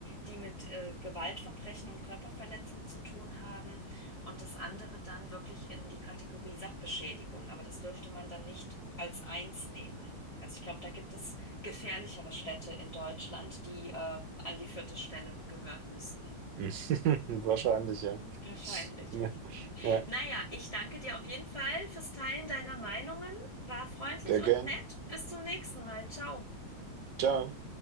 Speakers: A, on the left; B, on the right.
A: die mit äh, Gewaltverbrechen und Körperverletzung zu tun haben und das andere dann wirklich in die Kategorie Sachbeschädigung. Aber das dürfte man dann nicht als eins nehmen. Also ich glaube, da gibt es gefährlichere Städte in Deutschland, die äh, an die vierte Stelle gehören müssten.
B: <laughs> Wahrscheinlich, ja.
A: Wahrscheinlich.
B: Ja, ja,
A: Naja, ich danke dir auf jeden Fall fürs Teilen deiner Meinungen. War freundlich
B: sehr gern.
A: und nett. Bis zum nächsten Mal. Ciao.
B: Ciao.